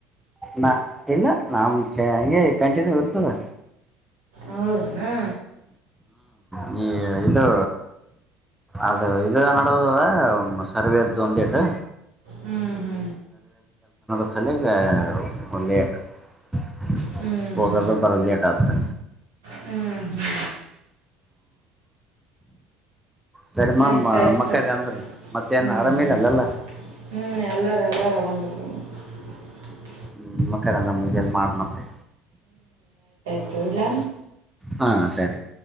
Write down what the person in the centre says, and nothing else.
ನಾ ಇಲ್ಲ ನಾಮ <unintelligible> ಹ ಹಗೆ ಕಂಟಿನ್ಯೂ ಇತದಾ
ನೀ ಇದು ಅದು ಇದು ನಡದದ ಸರ್ವೆ ಅದ್ದು ಒಂದೇಟು
ಚನ್ನ ಒನ್ನೆ ಆಟ <unintelligible>
ಹೋಗಲೋ
ಬರೋದ್ ಲೇಟ್ ಆಗುತ್ತೆ
ಸರಿ ಮಾ
ಮಕ್ಕಾರಿ ಅಂದ್ರ ಮತ್ತ
ಏನ್ ಆರಾಮಿರಲ್ಲಲ್ಲ
ಹ್ಮಮ್ಮ ಕಲ್ಲ <unintelligible> ಲ್ಲಿ ಮಾಡಣತ್ತೆ.
ಹಾ ಸರಿ.